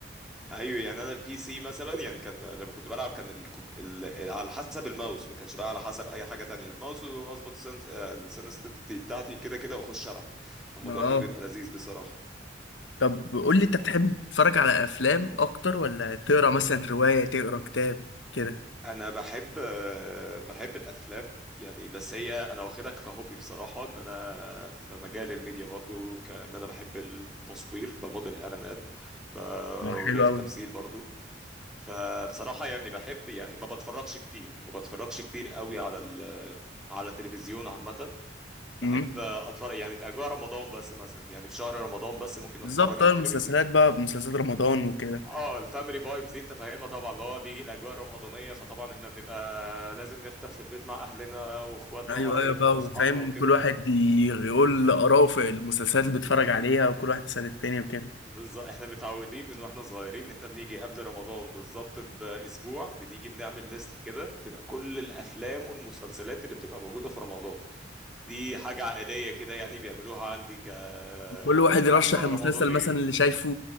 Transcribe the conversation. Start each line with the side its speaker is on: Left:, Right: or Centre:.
Centre: ايوه يعني انا البي سي مثلا يعني كان لما كنت بلعب كان الكمب... ال... ال- على حسب الماوس ما كانش بقى على حسب اي حاجه تانية الماوس واظبط السنس... آه، السنسitivity بتاعتي كده كده واخش العب فالموضوع
Left: اه
Centre: كان بيبقى لذيذ بصراحه
Left: طب قول لي انت بتحب تتفرج على افلام اكتر ولا تقرا مثلا روايه تقرا كتاب كده
Centre: انا بحب آه، بحب الافلام يعني بس هي انا واخدها كهوبي بصراحه ان انا في مجال الميديا برضو كان انا بحب التصوير بموديل اعلانات ب...
Left: آه،
Centre: وليا
Left: حلو
Centre: في
Left: قوي
Centre: التمثيل برضو فبصراحة يعني بحب يعني ما بتفرجش كتير ما بتفرجش كتير قوي على ال على التلفزيون عامة بحب
Left: امم
Centre: اتفرج يعني في اجواء رمضان بس مثلا يعني في شهر رمضان بس ممكن
Left: بالظبط
Centre: اتفرج على
Left: اه
Centre: التلفزيون
Left: المسلسلات بقى مسلسلات رمضان وكده
Centre: اه الفاميلي فايبز دي انت فاهمها طبعا اللي هو بيجي الاجواء الرمضانية فطبعا احنا بنبقى لازم نفطر في البيت مع اهلنا واخواتنا
Left: ايوه
Centre: وقرايبنا
Left: ايوه بقى
Centre: واصحابنا
Left: فاهم
Centre: وكده
Left: كل واحد ي- يقول اراءه في المسلسلات اللي بيتفرج عليها وكل واحد يسأل التاني وكده
Centre: بالظبط احنا متعودين من واحنا صغيرين ان احنا بنيجي قبل رمضان بالظبط باسبوع بنيجي بنعمل ليست كده تبقى كل الافلام والمسلسلات اللي بتبقى موجودة في رمضان دي حاجة عائلية كده يعني بيعملوها عندي ك
Left: كل
Centre: يعني
Left: واحد
Centre: كأجواء
Left: يرشح المسلسل
Centre: رمضانية
Left: مثلا اللي شايفه